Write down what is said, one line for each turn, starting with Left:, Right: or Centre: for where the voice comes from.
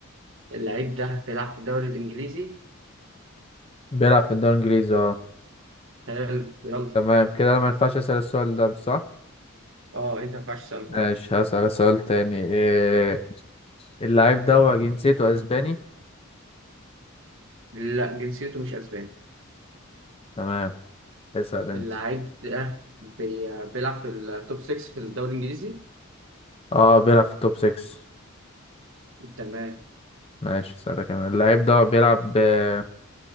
Right: اللعيب ده بيلعب في الدوري الانجليزي
Left: بيلعب في الدوري الانجليزي اه
Right: حلو يلا
Left: تمام كده انا ما ينفعش اسال السؤال ده صح
Right: اه انت ما ينفعش تسأله
Left: ماشي
Right: خلاص
Left: هسال سؤال تاني إيه اللعيب ده هو جنسيته اسباني
Right: لا جنسيته مش اسباني
Left: تمام اسال انت
Right: اللعيب ده بي- بيلعب في التوب 6 في الدوري الانجليزي
Left: اه بيلعب في التوب 6
Right: تمام
Left: ماشي اسالك انا اللعيب ده بيلعب آه،